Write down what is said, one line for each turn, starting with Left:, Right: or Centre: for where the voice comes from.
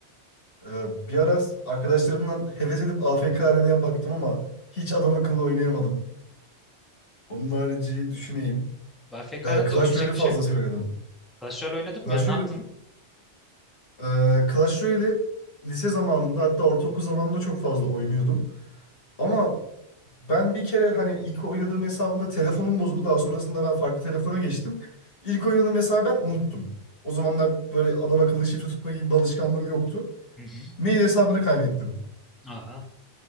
Left: e, bir ara arkadaşlarımdan heves edip AFK Arena'ya baktım ama hiç adam akıllı oynayamadım. Onun harici düşüneyim.
Centre: AFK'da
Left: Ee, Clash
Centre: oynayacak
Left: Royale'i
Centre: bir
Left: fazlasıyla
Centre: şey yok ki.
Left: oynadım.
Centre: Clash Royale oynadın
Left: Clash
Centre: mı ya? Ne
Left: Royale,
Centre: yaptın?
Left: e, Clash Royale'i lise zamanında hatta ortaokul zamanında çok fazla oynuyordum. Ama ben bir kere hani ilk oynadığım hesabımda telefonum bozuldu. Daha sonrasında ben farklı telefona geçtim. İlk oynadığım hesabı ben unuttum. O zamanlar böyle adam akıllı şifre tutma gibi bir alışkanlığım yoktu.
Centre: Hı hı.
Left: Mail hesabını kaybettim.
Centre: Aa.